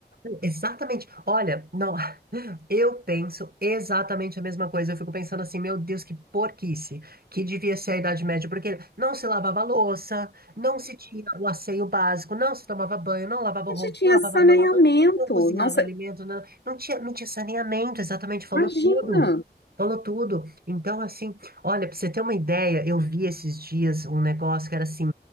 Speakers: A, on the right; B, on the left.
A: Exatamente. Olha, não, <laughs> eu penso exatamente a mesma coisa. Eu fico pensando assim, meu Deus, que porquice, que devia ser a Idade Média, porque não se lavava louça, não se tinha o asseio básico, não se tomava banho, não lavava
B: Onde
A: o rosto,
B: tinha
A: não lavava
B: saneamento?
A: a mão, não, não cozinhava
B: Não
A: alimento, não, não tinha, não tinha saneamento, exatamente, falou
B: imagina.
A: tudo. Falou tudo. Então, assim, olha, pra você ter uma ideia, eu vi esses dias um negócio que era assim,